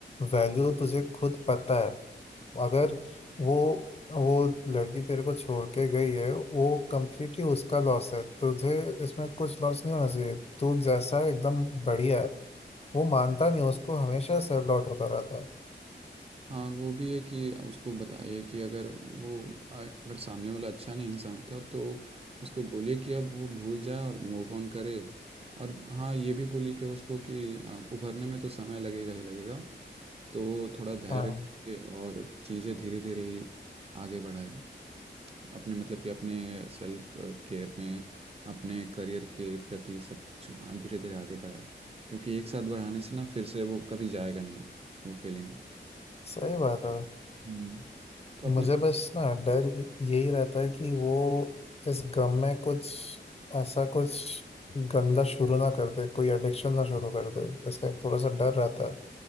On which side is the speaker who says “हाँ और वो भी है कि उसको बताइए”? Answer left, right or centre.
Right